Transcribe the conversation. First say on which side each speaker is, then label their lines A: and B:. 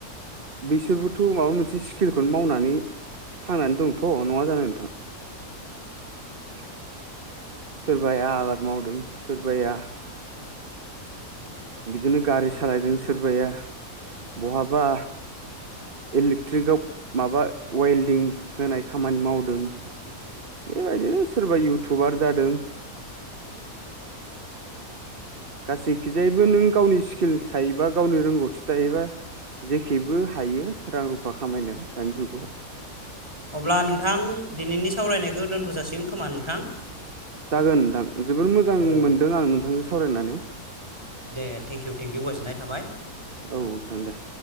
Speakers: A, on the right (about 40°); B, on the right (about 20°).
A: बिसोरबोथ' माबा मोनसे स्किलखौनो मावनानै थांनानै दंथ' नङा जानो नोंथां <inaudible> सोरबाया आबाद मावदों सोरबाया बिदिनो गारि सालायदों सोरबाया बहाबा इलेक्ट्रिकआव माबा वेल्डिं होनाय खामानि मावदों। बेबायदिनो सोरबा इउटुबार जादों। गासैखिजायैबो नों गावनि स्किल थायोबा गावनि रोंगौथि थायोबा जेखिबो हायो रां रुफा खामायनो दानि जुगाव।
B: अब्ला नोंथां दिनैनि सावरायनायखौ दोनथ' जासिगोन खोमा नोंथां।
A: जागोन नोंथां जोबोर मोजां
B: औ
A: मोनदों आं नोंथांजों सावरायनानै।
B: दे थेंकिउ थेंकिउ गोजोननाय थाबाय।
A: औ नोंथां दे।